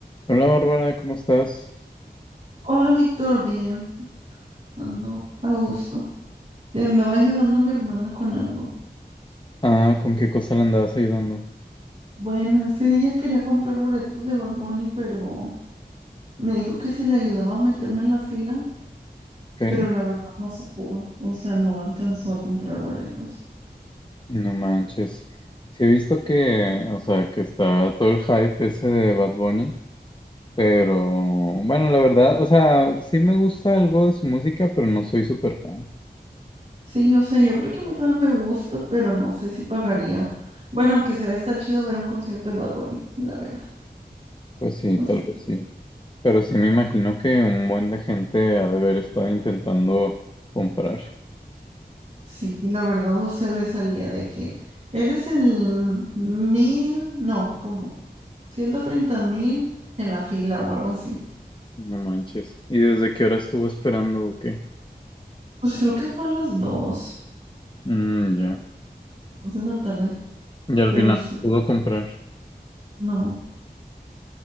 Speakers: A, on the left; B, on the right.
A: Hola Bárbara, ¿cómo estás?
B: Hola, Víctor, bien, ando a gusto. Le andaba ayudando a mi hermana con algo.
A: Ah, ¿con qué cosa le andabas ayudando?
B: Bueno, es que ella quería comprar boletos de Bad Bunny, pero me dijo que si le ayudaba a meterme en la fila,
A: Ok,
B: pero la verdad no se pudo, o sea, no alcanzó a comprar boletos.
A: no manches. Sí he visto que, o sea, que está todo el hype ese de Bad Bunny, pero bueno, la verdad, o sea, sí me gusta algo de su música, pero no soy súper fan.
B: Sí, o sea, yo creo que a mí también me gusta, pero no sé si pagaría. Bueno, aunque sea, está chido ver un concierto de Bad Bunny, la verdad.
A: Pues sí,
B: <laughs>
A: tal vez sí. Pero sí me imagino que un buen de gente ha de haber estado intentando comprar.
B: Sí, la verdad, o sea, le salía de que eres el mil, no, cómo ciento treinta mil en la fila o algo así.
A: No manches. ¿Y desde qué hora estuvo esperando o qué?
B: Pues creo que fue a las dos,
A: Mm, ya.
B: dos de la tarde,
A: Y al
B: pero
A: final
B: sí,
A: pudo comprar.
B: no.